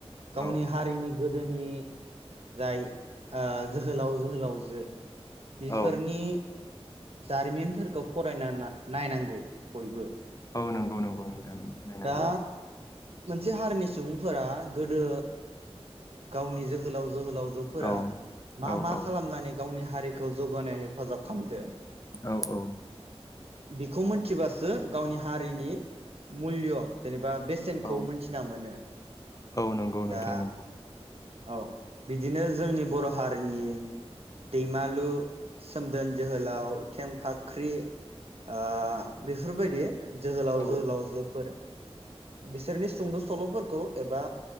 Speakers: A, on the right; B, on the left.
A: गावनि
B: औ
A: हारिनि गोदोनि जाय ओ जोहोलाव जोहोलाव जो इसोरनि
B: औ
A: जारिमिनफोरखौ फरायना नायनांगौ बयबो
B: औ नंगौ नंगौ नोंथां नायनांगौ।
A: दा मोनसे हारिनि सुबुंफोरा गोदो गावनि जोहोलाव जोहोलावजोफोरा
B: औ
A: मा मा
B: औ
A: खालामनाय गावनि हारिखौ जौगानायाव हेफाजाब खामदो
B: औ औ।
A: बेखौ मिनथिबासो गावनि हारिनि मुल्य जेनेबा बेसेनखौ
B: औ
A: मोनथिना मोनो।
B: औ नंगौ
A: दा
B: नोंथां नंगौ।
A: औ बिदिनो जोंनि बर हारिनि दैमालु सोमदोन जोहोलाव थेंफाख्रि ओ बेफोरबायदि जोहोलाव
B: औ
A: जोहोलावजोफोर बिसोरनि सुंद‌ सलफोरखौ एबा